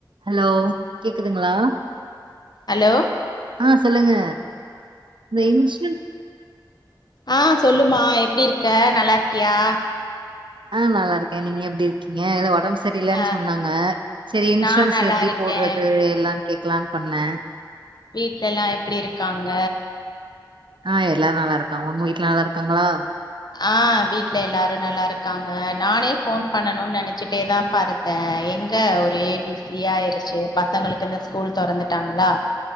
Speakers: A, on the right; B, on the left.
A: Hello கேக்குதுங்களா
B: hello
A: ஆஹ் சொல்லுங்க அ <unintelligible>
B: ஆஹ் சொல்லுமா எப்டி இருக் க்க நல்லா இருக்கியா
A: ஆஹ் நல்லா இருக்கே நீங்க எப்டி இருக்கீங்க ஏதோ ஒர்க் ஒடம்பு செரியில்லன்னு
B: ஆ
A: சொன்னாங்க சேரி இன்சூரன்ஸ்
B: நா நல்லா
A: எப்டி
B: இருக்கே
A: போடுறது எல்லா கேக்கலான்னு பண்ணே
B: வீட்ல எல்லா எப்டி இருக்காங்க
A: ஆஹ் எல்லா நல்லா இருக்காங்க உங்க வீட்ல நல்லா இருக்காங்களா
B: ஆஹ் வீட்ல எல்லாரு நல்லா இருக்காங்க நானே ஃபோன் பண்ணணும்னு நெனச்சுட்டேதாம்பா இருந்தே எங்க ஒரே பிஸியாயிருச்சு பசங்களுக்கு இந்த ஸ்கூல் தெறந்துட்டாங்களா